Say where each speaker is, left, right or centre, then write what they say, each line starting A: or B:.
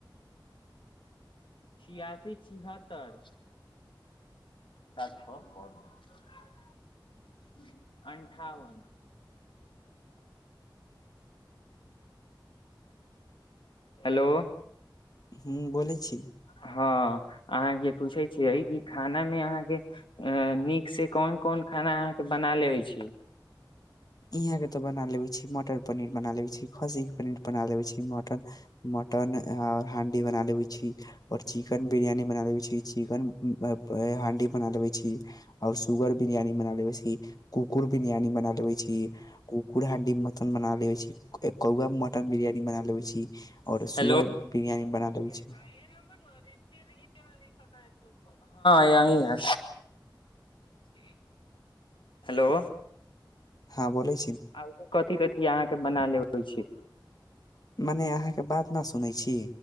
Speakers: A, on the left; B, on the left.
A: छियासी छिहत्तर <unintelligible> अनठावन हेलो
B: हू बोलै छी
A: हँ अहाँके पूछै छियै कि खानामे अहाँके अ नीक से कोन कोन खाना अहाँके बना लेबै छी
B: इहाँके तऽ बना लेबै छी मटन पनीर बना लेवे छी खस्सी के पनीर बना लेवे छी मटन मटन हांडी बना लेवे छी और चिकेन बिरयानी बना लेवे छी चिकेन हांडी बना लेवे छी आओर सुगर बिरयानी बना लेवै छै कुकुर बिरियानी बना ले कुकुर हांडी मन बना लेबै छै कौआ मटन बिरियानी बना लेबै छी
A: <unintelligible> <unintelligible>
B: और सुअर
A: हँ
B: बिरयानी बना लेबे छी
A: यही है हेंलो
B: हँ बोले
A: <inaudible> कथी कथी अहाँ के बना लेबै छी
B: मने अहाँके बात न सुनै छी